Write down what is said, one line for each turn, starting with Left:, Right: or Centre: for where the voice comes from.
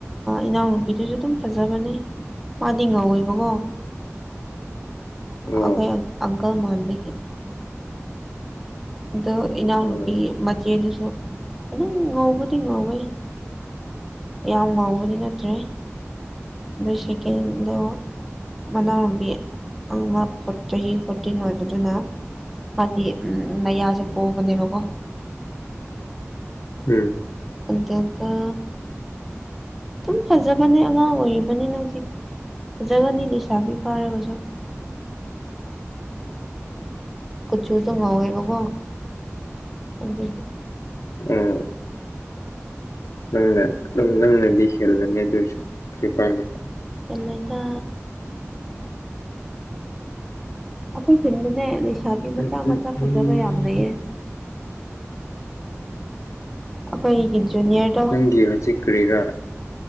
Centre: ꯏꯅꯥꯎ ꯅꯨꯄꯤꯗꯨꯁꯨ ꯑꯗꯨꯝ ꯐꯖꯕꯅꯦ ꯃꯥꯗꯤ ꯉꯧꯋꯦꯕꯀꯣ
Left: ꯑꯣ
Centre: ꯑꯩꯈꯣꯏ ꯑꯪꯀꯜ ꯃꯥꯟꯕꯒꯤ ꯑꯗꯣ ꯏꯅꯥꯎ
Left: ꯑꯣ
Centre: ꯅꯨꯄꯤ ꯃꯆꯦꯗꯨꯁꯨ ꯑꯗꯨꯝ ꯉꯧꯕꯗꯤ ꯉꯧꯋꯦ ꯌꯥꯝ ꯉꯧꯕꯗꯤ ꯅꯠꯇ꯭ꯔꯦ ꯑꯗꯨ ꯁꯦꯀꯦꯟꯗꯣ ꯃꯅꯥꯎꯅꯨꯕꯤ ꯑꯃ ꯆꯍꯤ ꯄꯣꯇꯤꯟ ꯑꯣꯏꯕꯗꯨꯅ ꯃꯥꯗꯤ ꯎꯝ ꯃꯌꯥꯁꯨ ꯄꯣꯕꯅꯤꯀꯣ
Left: ꯎꯝ
Centre: ꯑꯗꯨꯒ ꯑꯗꯨꯝ ꯐꯖꯕꯅꯦ ꯑꯉꯥꯡ ꯑꯣꯏꯔꯤꯕꯅꯤꯅ ꯍꯧꯖꯤꯛ ꯐꯖꯒꯅꯤ ꯂꯩꯁꯥꯕꯤ ꯐꯥꯔꯒꯁꯨ ꯀꯨꯆꯨꯗꯣ ꯉꯥꯎꯋꯦꯕꯒꯣ ꯑꯗꯨꯒꯤ
Left: ꯎꯝ ꯅꯪꯅ ꯑꯗꯨꯝ ꯅꯪꯅꯗꯤ ꯍꯦꯜꯂꯅꯤ ꯑꯗꯨꯏꯁꯨ <inaudible> ꯄꯥꯜꯂꯤ
Centre: ꯍꯦꯜꯂꯣꯢꯗ ꯑꯩꯈꯣꯏ ꯈꯨꯟꯗꯅꯦ ꯂꯩꯁꯥꯕꯤ ꯃꯆꯥ
Left: ꯎꯝ
Centre: ꯃꯆꯥ
Left: ꯎꯝ ꯎꯝ
Centre: ꯐꯖꯕ ꯌꯥꯝ ꯂꯩꯌꯦ ꯑꯩꯈꯣꯏꯒꯤ ꯖꯨꯅꯤꯌꯔꯗꯣ
Left: ꯅꯪꯒꯤ ꯍꯧꯖꯤꯛ ꯀꯔꯤꯔꯥ